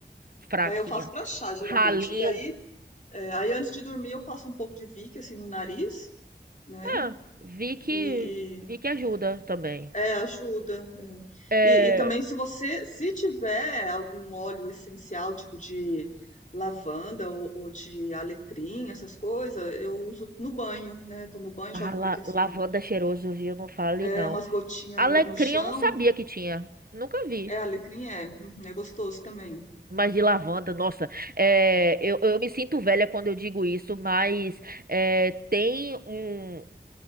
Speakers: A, on the right; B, on the left.
A: fraquinha,
B: É, eu faço pra chá, geralmente.
A: ralinho.
B: E aí, é, aí antes de dormir, eu passo um pouco de Vick, assim, no nariz, né?
A: Ah, vi que,
B: E, e-
A: vi que ajuda também.
B: é, ajuda. é.
A: É,
B: E, e também, se você, se tiver algum óleo essencial, tipo de lavanda ou, ou de alecrim, essas coisas, eu uso no banho, né? Tomo banho,
A: ah,
B: jogo um pouquinho
A: la-
B: assim,
A: lavanda é cheiroso, viu? Não fale
B: é
A: não.
B: umas gotinhas
A: Alecrim
B: no, no chão.
A: eu não sabia que tinha. Nunca vi.
B: É alecrim, é. Uhum, é gostoso também.
A: Mas de lavanda, nossa, é, eu, eu me sinto velha quando eu digo isso, mas é, tem um,